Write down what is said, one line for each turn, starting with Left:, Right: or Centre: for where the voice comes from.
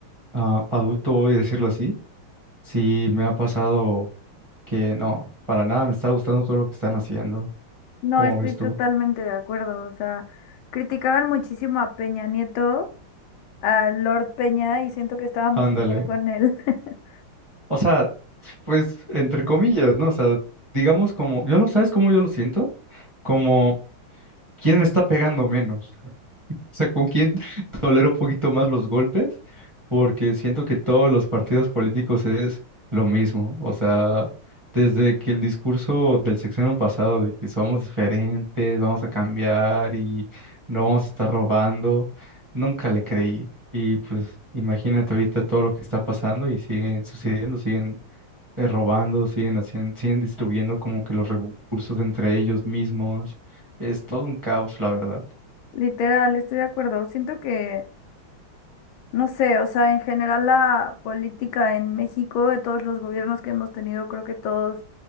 Right: ah, adulto, voy a decirlo así, sí me ha pasado, que no, para nada me está gustando todo lo que están haciendo,
Left: No,
Right: como
Left: estoy
Right: ves tú.
Left: totalmente de acuerdo, o sea, criticaban muchísimo a Peña Nieto. a Lord Peña y siento que estábamos
Right: Ándale.
Left: mejor con él. <laughs>
Right: O sea, pues entre comillas, ¿no? O sea, digamos como, yo lo, ¿sabes cómo yo lo siento? Como, ¿quién me está pegando menos? sea, con quién <laughs> tolero un poquito más los golpes, porque siento que todos los partidos políticos es lo mismo. O sea, desde que el discurso del sexenio pasado de que somos diferentes, vamos a cambiar y no vamos a estar robando, nunca le creí. Y pues imagínate ahorita todo lo que está pasando y siguen sucediendo, siguen eh, robando, siguen haciendo, siguen distribuyendo como que los recursos entre ellos mismos. Es todo un caos, la verdad.
Left: Literal, estoy de acuerdo. Siento que, no sé, o sea, en general la política en México, de todos los gobiernos que hemos tenido, creo que todos